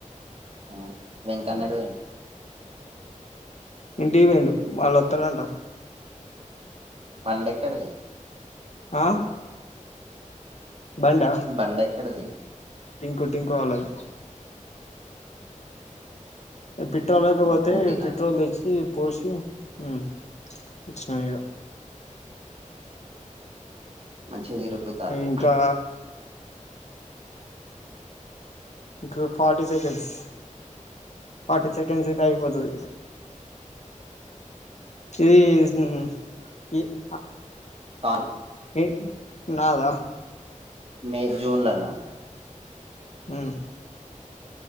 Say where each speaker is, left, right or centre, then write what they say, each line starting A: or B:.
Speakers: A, on the right; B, on the left.
A: ఆ వెంకన్న ఏటు వెయిండు
B: ఇంటికి వెయిండు మళ్ళ ఒత్తడంట
A: బండి ఇక్కడది
B: ఆ బండా
A: బండి ఎక్కడిది
B: టింకు టింకు వాళ్ళది ఇగ పెట్రోల్ లేకపోతే
A: స్కూటీనా
B: పెట్రోల్ తెచ్చి పోసి ఉ వచ్చిన నేగా
A: మన్ చెయి రుద్దుతల్లు
B: ఇంకా ఇంక ఫార్టీ సెకండ్స్ ఫార్టీ సెకండ్స్ అయితే అయిపోతుది ఇది ఇస్ ను ఇ హా
A: కాను
B: ఈ నాదా
A: మే జూన్ లనా
B: ఉ